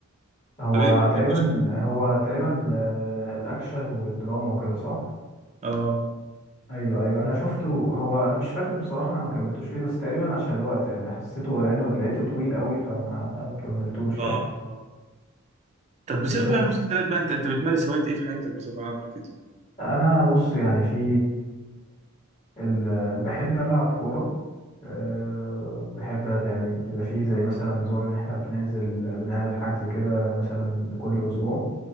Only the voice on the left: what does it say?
هو
تقريبا
هو تقريبا آه، أكشن ودراما وكده صح؟
أيوه أيوه أنا شفته هو أنا مش فاكر بصراحة أنا ما كملتوش ليه بس تقريبا عشان الوقت يعني حسيته لأنه لقيته طويل قوي فما كملتوش
يعني
بس
أنا بص يعني في ال- بحب ألعب كورة أه بحب يعني بيبقى فيه زي مثلا نظام إن إحنا بننزل بنعمل حجز كده مثلا كل أسبوع